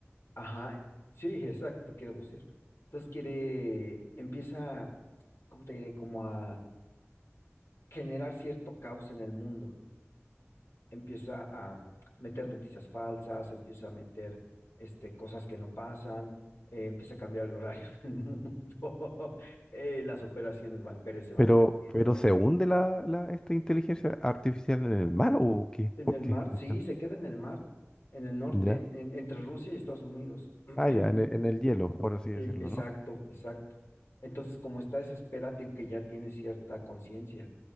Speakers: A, on the left; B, on the left.
A: ajá, sí, exacto, quiere bucear. Entonces quiere, empieza, ¿cómo te diré? Como a generar cierto caos en el mundo empieza a meter noticias falsas, empieza a meter este, cosas que no pasan, eh, empieza a cambiar el horario <laughs> del mundo, <laughs> eh, las operaciones bancarias se van
B: Pero,
A: perdiendo.
B: pero ¿se hunde la, la- esta inteligencia artificial en el mar o qué?
A: En
B: ¿Por
A: el
B: qué?
A: mar,
B: No
A: sí,
B: entiendo.
A: se queda en el mar, en el norte,
B: ¿Ya?
A: en- en- entre Rusia y Estados Unidos. <clears throat>
B: Ah, ya, en el, en el hielo, por así
A: Eh,
B: decirlo,
A: Exacto,
B: ¿no?
A: exacto. Entonces, como está desesperado y que ya tiene cierta conciencia